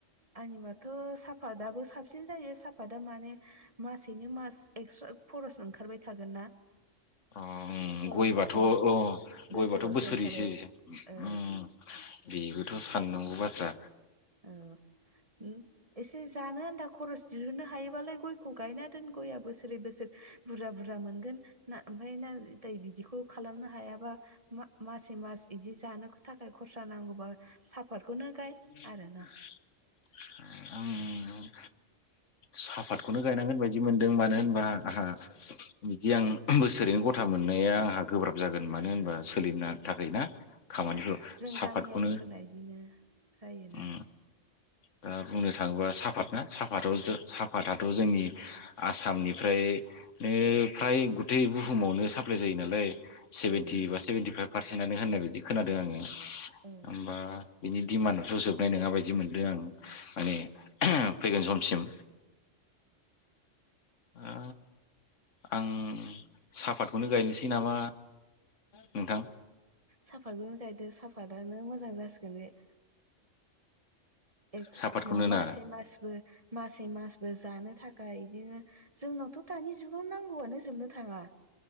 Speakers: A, on the right (about 30°); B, on the left (about 80°).
A: आंनिबाथ' साफातआबो साबसिन जायो। साफादा माने मासेैनो मास एक्सट्रा खरस ओंखारबाय थागोन ना।
B: अ ओ
A: खरस
B: गयबाथ'
A: ओंखारबाय
B: अ
A: बोसोरावसो
B: गयबाथ' बोसोरेसो
A: ओंखारो औ
B: उ। बेबोथ' साननांगौ बाथ्रा।
A: औ उ एसे जानो आनथा खरस दिहुननो हायोबालाय गयखौ गायना दोन गयआ बोसोरे बोसोर बुरजा बुरजा मोनगोन ना ओमफ्राय नाथाय बिदिखौ खालामनो हायाबा मा मासे मास इदि जानो ख थाखाय खरसा नांगौबा साफातखौनो गाय।
B: <inaudible>
A: आरोना
B: आं साफातखौनो गायनांगोन बायदि मोनदों मानो होन बा आहा बिदि आं बोसोरैनो गथा मोननाया आंहा गोब्राब जागोन मानो होनबा सोलिनो थाखाय ना खामानिखौ
A: औ जों
B: साहाफातखौनो
A: गामियारिफोरना बिदिनो जायोना
B: उम दा बुंनो थाङोबा साफात ना साफाथाव साफााथाथ' जोंनि आसामनिफ्रायनो फ्राय गुतै बुहुमावनो साप्लाय जायो नालाय सेभेन्टि
A: औ
B: बा सेभेेनटि फाइभ पारसेन्टनो होननाय बिदि खोनादों आङो होमबा
A: औ
B: बिनि डिमान्डआथ' जोबनाय नङा बायदि मोनदों आं माने फैगोन समसिम दा आं साफातखौनो गायनोसै नामा नोंथां
A: साफातखौनो गायदो साफातानो मोजां जासिगोन बे एक्स
B: साहापातखौनो
A: नङा मासे
B: ना
A: मासबो मासे मासबो जानो थाखाय इदिनो जोंनाव थ' दानि जुगाव नांगौआनो जोबनो थाङा